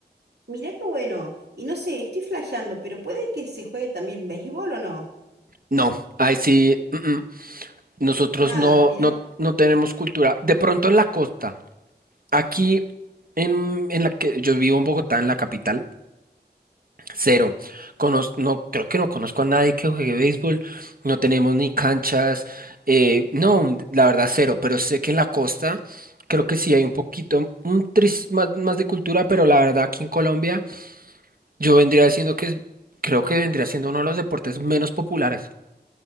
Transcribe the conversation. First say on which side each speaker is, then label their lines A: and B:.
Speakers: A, on the right; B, on the right.
A: Mirá qué bueno. Y no sé, estoy flasheando, pero puede que se juegue también béisbol o no.
B: No, ahí sí, mm, mm. Nosotros
A: Nada,
B: no,
A: mirá.
B: no, no tenemos cultura. De pronto en la costa. Aquí en, en la que yo vivo en Bogotá, en la capital, cero. Conoz- no, creo que no conozco a nadie que juegue béisbol. No tenemos ni canchas. eh, no, la verdad, cero. Pero sé que en la costa creo que sí hay un poquito, un tris más, más de cultura, pero la verdad aquí en Colombia yo vendría diciendo que creo que vendría siendo uno de los deportes menos populares.